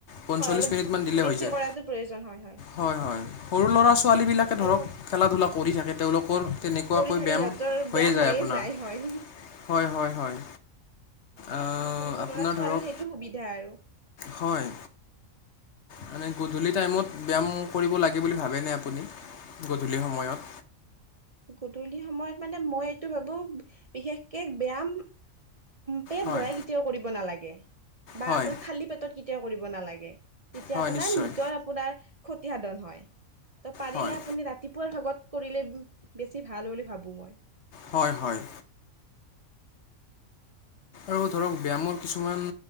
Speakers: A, on the left; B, on the right.
A: পঞ্চল্লিছ
B: হয় অলপ
A: মিনিটমান দিলে
B: বেছি
A: হৈ যায়।
B: কৰাটো প্ৰয়োজন হয়
A: হয়, হয়। সৰু ল'ৰা, ছোৱালীবিলাকে ধৰক,
B: আৰু
A: খেলা ধূলা কৰি থাকে। তেওঁলোকৰ তেনেকে
B: কৰি
A: ব্যায়াম
B: থাকে সিহঁতৰ
A: হৈয়ে
B: ব্যায়াম
A: যায় আপোনাৰ,
B: হয়
A: হয়, হয়, হয়। আহ,
B: কিন্তু সৰু
A: আপোনাৰ
B: ল'ৰা, ছোৱালীৰ
A: ধৰক
B: সেইটো সুবিধা আৰু
A: হয়। মানে গধূলি টাইমত ব্যায়াম কৰিব লাগে বুলি ভাবেনে আপুনি, গধূলি সময়ত
B: গধূলি সময়ত মানে মই এইটো ভাবো, বিশেষকে ব্যায়াম পেট
A: হয়
B: ভৰাই কেতিয়াও কৰিব নালাগে, বা
A: হয়
B: আপোনাৰ খালী পেটত কেতিয়াও কৰিব নালাগে। তেতিয়া
A: হয়
B: আপোনাৰ
A: নিশ্চয়
B: নিজৰ আপোনাৰ ক্ষতি সাধন হয়। তহ পাৰিলে
A: হয়
B: আপুনি ৰাতি দুপৰীয়া ভাগত কৰিলে বেছি ভাল বুলি ভাবো মই।
A: হয়, হয়। আৰু ধৰক ব্যায়ামৰ কিছুমান